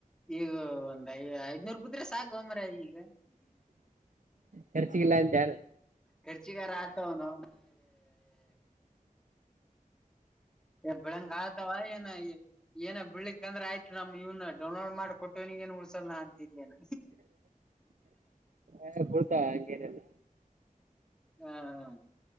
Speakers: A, in the centre; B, on the right (about 60°).
A: ಈಗ ಒಂದ್ಐ ಐದ್ನೂರ್ ಬುದ್ರೆ ಸಾಕು ಒಂಬ್ರ ಈಗ
B: ಖರ್ಚಗಿಲ್ಲ ಅಂತ ಯಾರು
A: ಖರ್ಚಿಗರ ಆತ ನ ಎ ಬೆಳಂಗಾತಾವ ಏ ಏನ ಬಿಳ್ಲಿಕ್ಂದ್ರ ಆಯ್ತು ನಮ್ ಇವನ ಡೌನ್ೋಡ್ ಮಾಡ ಕೊಟ್ಟವಿ ಏನ್ ಸಲ ಅಂತಲ್ಲೇನ
B: ಏನ್ ಬಿಡ್ತಾವ ಹಂಗೇನಿಲ್ಲ
A: ಹಾ ಹ